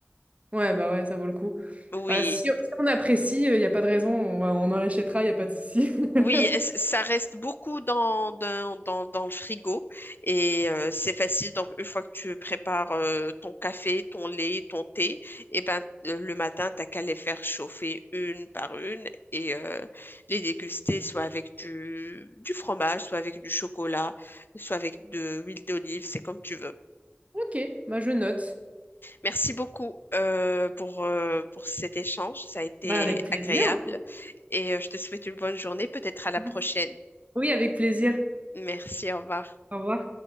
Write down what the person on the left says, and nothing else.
Oui,
Oui, c- ça reste beaucoup dans, dans, dans, dans le frigo et euh, c'est facile. Donc, une fois que tu prépares euh, ton café, ton lait, ton thé, et ben, euh, le matin, t'as qu'à les faire chauffer une par une et euh, les déguster soit avec du, du fromage, soit avec du chocolat, soit avec de l'huile d'olive, c'est comme tu veux.
Merci beaucoup euh, pour, euh, pour cet échange, ça a été
agréable et euh, je te souhaite une bonne journée, peut-être à la
prochaine.
Merci, au revoir.